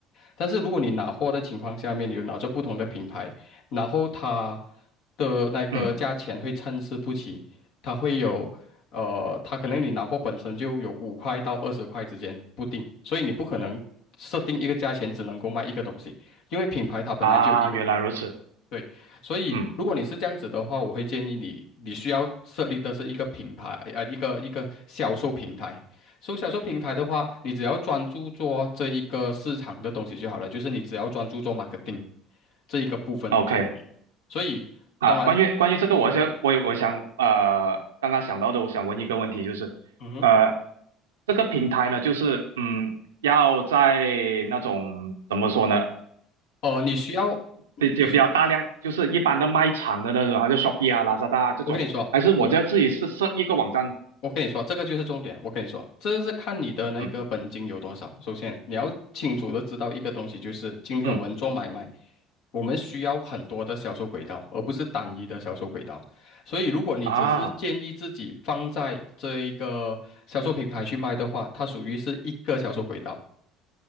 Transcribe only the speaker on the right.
嗯嗯
啊，原来如此。
嗯。
OK
啊，
关于关于这个我想我有我想呃，
刚刚想到的，我想问一个问题，就是呃，
这个平台呢，就是嗯，要在那种怎么说呢，
比就比较大量，就是一般的卖场的那种，还是 Shopee 啊、l a 拉 a d 啊这种，
还是我就要自己设设一个网站？
嗯
嗯
啊